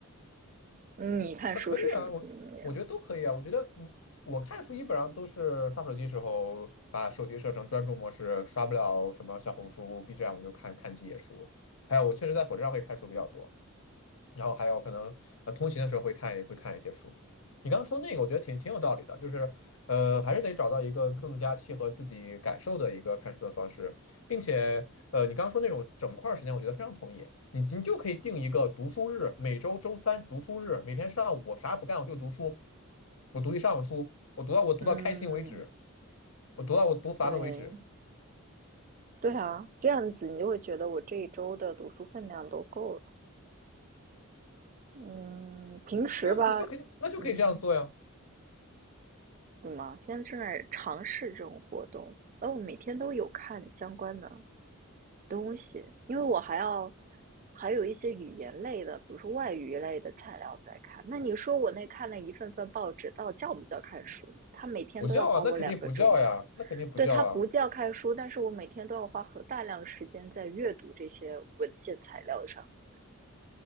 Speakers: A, on the right (about 35°); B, on the left (about 70°).
A: 嗯你看书是什么经验？
B: 啊？可以啊，我我觉得都可以啊，我觉得嗯，我看书基本上都是刷手机时候把手机设成专注模式，刷不了什么小红书、B 站，我就看看几页书，还有我确实在火车上会看书比较多，然后还有可能呃通勤的时候会看会看一些书。你刚刚说那个，我觉得挺挺有道理的，就是呃还是得找到一个更加契合自己感受的一个看书的方式，并且呃你刚刚说那种整块儿时间，我觉得非常同意。你你就可以定一个读书日，每周周三读书日，每天上午我啥也不干，我就读书，我读一上午书，我读到我读到开心为止，
A: 嗯，
B: 我读到我读烦了为止。
A: 对，对啊，这样子你就会觉得我这一周的读书分量都够了。嗯，平时吧，
B: 对啊，那就可以那就可以这样做呀，
A: 嗯，怎么？现在正在尝试这种活动，哦，我每天都有看相关的东西，因为我还要还有一些语言类的，比如说外语类的材料在看。那你说我那看了一份份报纸，到底叫不叫看书呢？他每天都要花我两个钟啊。
B: 不叫啊，那肯定不叫呀，那肯定不叫啊。
A: 对，他不叫看书，但是我每天都要花很大量时间在阅读这些文献材料上面。